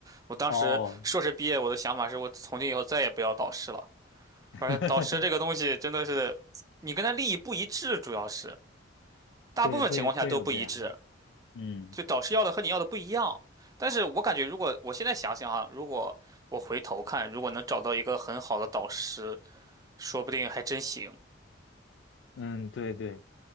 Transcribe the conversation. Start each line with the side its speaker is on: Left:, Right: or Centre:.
Right: 我当时硕士毕业，
Left: 哦，
Right: 我的想法是我从今以后再也不要导师了。
Left: <laughs>
Right: 而且导师这个东西真的是，你跟他利益不一致，主要是大部分情况下都不一致，
Left: 对，会会有这样，嗯
Right: 就导师要的和你要的不一样。但是我感觉，如果我现在想想啊，如果我回头看，如果能找到一个很好的导师，说不定还真行。
Left: 嗯，对对